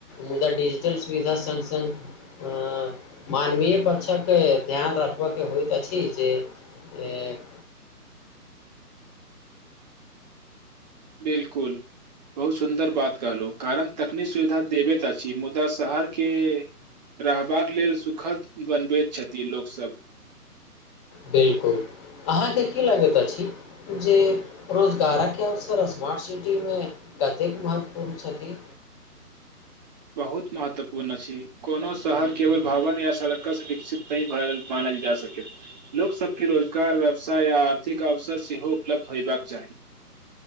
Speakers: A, on the left (about 15°); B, on the right (about 25°).
A: मुदा डिजिटल सुविधा संग संग अ मानवीय पक्षक ध्यान रखबाके होइत अछि जे एक
B: <inaudible> बिलकुल बहुत सुन्दर बात कहलहु कारण तकनीक सुविधा देबे ता छी मुदा शहर के रहबाक लेल सुखद बनबैत छथि लोकसभ
A: बिलकुल अहाँ के की लगैत अछि जे रोजगारक अवसर स्मार्ट सिटी में कतेक महत्वपूर्ण छथि
B: बहुत महत्वपूर्ण छी कोनो शहर केवल भवन या सड़क विकसित नहि मानल जा सकैत लोक सब के रोजगार व्यवसाय या आर्थिक अवसर से हो उपलब्ध होयबाक चाही